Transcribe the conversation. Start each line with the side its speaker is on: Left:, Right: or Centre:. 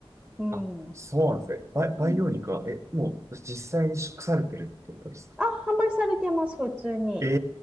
Centre: うん。
Right: あ、
Centre: う
Right: そうなんですね。培、
Centre: ん。
Right: 培養肉は、え、もう実際に食されてるってことですか
Centre: あ、販売されてます、普通に。
Right: え